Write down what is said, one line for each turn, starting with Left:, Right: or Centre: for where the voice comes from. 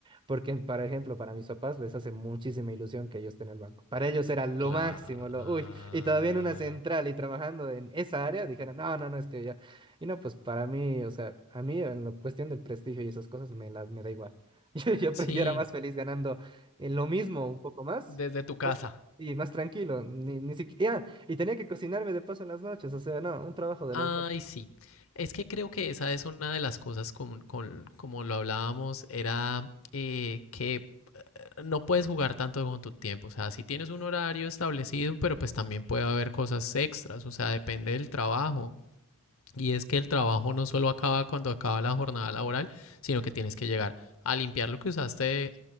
Right: Porque, por ejemplo, para mis papás les hace muchísima ilusión que yo esté en el banco. Para ellos era lo
Left: Claro.
Right: máximo, lo, uy. Y todavía en una central y trabajando en esa área, dijeron, no, no, no, es que ya. Y no, pues para mí, o sea, a mí en la cuestión del prestigio y esas cosas me, la, me da igual. <laughs> Yo, yo,
Left: Sí,
Right: pre- yo era más feliz ganando en lo mismo, un poco más,
Left: desde tu casa.
Right: más tra- y más tranquilo, ni, ni siquiera. Y tenía que cocinarme de paso en las noches, o sea, no, un trabajo de
Left: Ay,
Right: los dos.
Left: sí. Es que creo que esa es una de las cosas como, con- como lo hablábamos, era eh, que no puedes jugar tanto con tu tiempo. O sea, si tienes un horario establecido, pero pues también puede haber cosas extras. O sea, depende del trabajo. Y es que el trabajo no solo acaba cuando acaba la jornada laboral, sino que tienes que llegar a limpiar lo que usaste